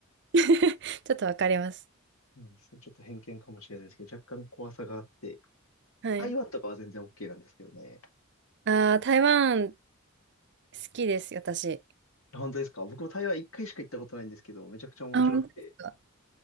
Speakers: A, on the right; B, on the left.
A: <laughs> ちょっとわかります。
B: そうですね、ちょっと偏見かもしれないですけど、若干怖さがあって、
A: はい。
B: 台湾とかは全然 OK なんですけどね。
A: ああ、台湾好きです、私。
B: 本当ですか僕も台湾一回しか行ったことないんですけど、めちゃくちゃ面白くて。
A: あ、本当ですか。